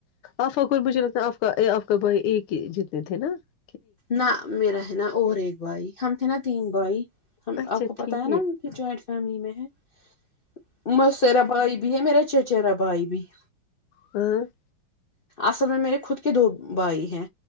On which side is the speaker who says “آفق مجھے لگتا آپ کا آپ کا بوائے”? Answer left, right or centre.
Left